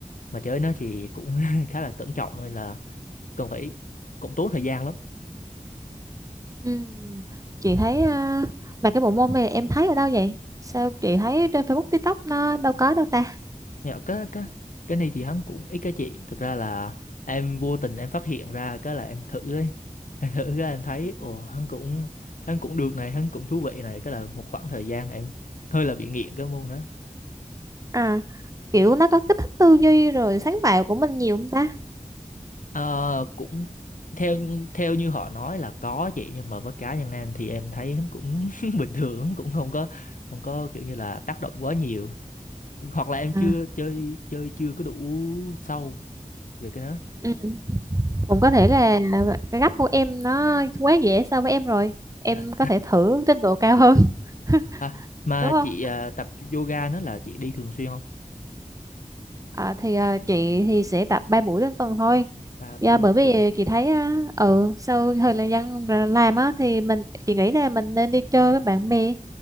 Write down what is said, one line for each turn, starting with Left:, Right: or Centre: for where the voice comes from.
Left: mà chơi nó thì cũng <laughs> khá là cẩn trọng hay là cần phải cũng tốn thời gian lắm
Right: Ừm, Chị thấy à, mà cái bộ môn này em thấy ở đâu vậy? Sao chị thấy trên Facebook, TikTok nó đâu có đâu ta?
Left: nhưng cái cái cái này thì hắn cũng ít cái chị thực ra là em vô tình em phát hiện ra cái là em thử ấy <laughs> em thử cái em thấy
Right: Ừ.
Left: ồ hắn cũng hắn cũng được này hắn cũng thú vị này cái là một khoảng thời gian em <laughs> hơi là bị nghiện cái môn đó
Right: À, kiểu nó có kích thích tư duy rồi sáng tạo của mình nhiều không ta?
Left: Ờ, cũng theo theo như họ nói là có chị nhưng mà với cá nhân em thì em thấy hắn cũng <laughs> bình thường cũng không có không có kiểu như là tác động quá nhiều hoặc là em
Right: À,
Left: chưa chơi chơi chưa có đủ sâu về cái đó
Right: ừ. Cũng có thể là cái gấp của em nó quá dễ so với em rồi. Em
Left: à
Right: có thể thử trình độ cao hơn, <laughs>
Left: À, mà
Right: đúng không?
Left: chị à, tập yoga nó là chị đi thường xuyên không?
Right: À, thì à, chị thì sẽ tập 3 buổi trên tuần thôi.
Left: Ba buổi
Right: Dạ, bởi
Left: một
Right: vì
Left: tuần.
Right: chị thấy à, ừ sau thời gian làm á thì mình chị nghĩ là mình nên đi chơi với bạn bè